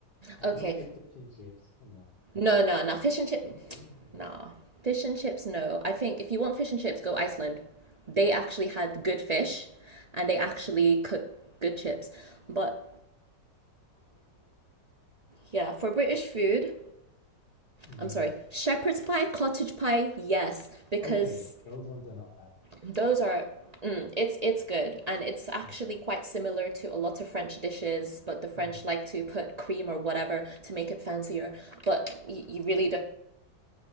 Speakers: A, on the left; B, on the right.
A: And
B: okay.
A: don't say fish and chips. Come on.
B: No, no, no. Fish and chip.
A: Okay, nice.
B: Nah. Fish and chips, no. I think if you want fish and chips, go Iceland. They actually had good fish and they actually
A: Right.
B: cook good chips. But yeah, for British food,
A: Mm.
B: I'm sorry, shepherd's pie, cottage pie, yes, because
A: Okay, those ones are not bad.
B: those are mm, it's it's good and it's actually
A: hmm
B: quite similar to a lot of French dishes, but the French
A: Mm.
B: like to put cream or whatever to make it fancier, but you, you really don't